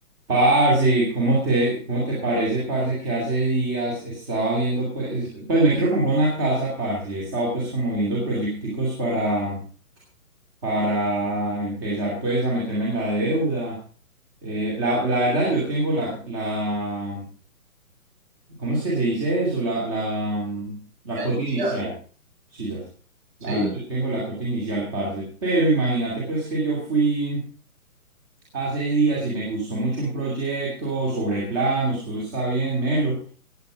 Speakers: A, on the right; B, on the right.
A: Parce, ¿cómo te, cómo te parece, parce, que hace días estaba viendo, pues, pues me quiero comprar una casa, parce, y he estado pues como viendo proyecticos para, para empezar pues a meterme en la deuda. Eh, la, la verdad, yo tengo la, la, ¿Cómo es que se dice eso? La, la, mm, la
B: La
A: cuota
B: inicial.
A: inicial, sí,
B: Sí,
A: La verdad, yo tengo la cuota inicial, parce, pero imagínate pues que yo fui hace días y me gustó mucho un proyecto sobre planos, todo está bien, melo,